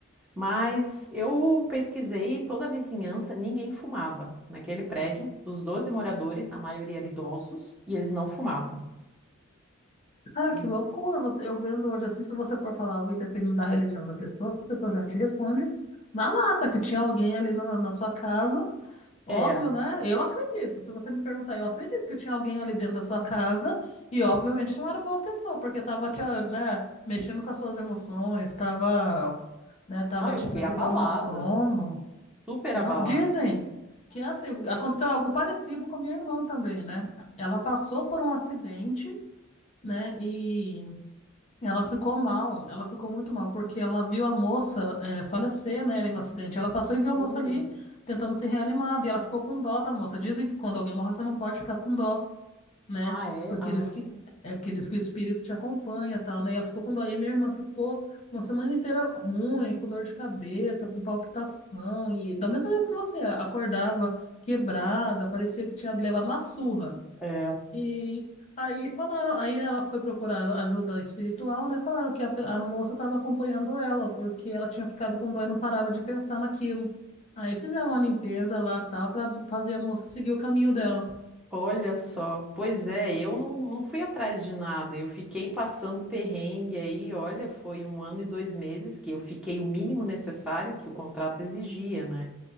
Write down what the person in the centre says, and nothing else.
Mas eu pesquisei toda a vizinhança, ninguém fumava. Naquele prédio, dos 12 moradores, a maioria era idosos e eles não fumavam.
E-
É,
não,
eu fiquei
abalada,
super
abalada.
Ui.
Ah, é?
Ah,
é.
Olha só, pois é, eu não, não fui atrás de nada, eu fiquei passando perrengue aí, olha, foi um ano e dois meses que eu fiquei o mínimo necessário que o contrato exigia, né?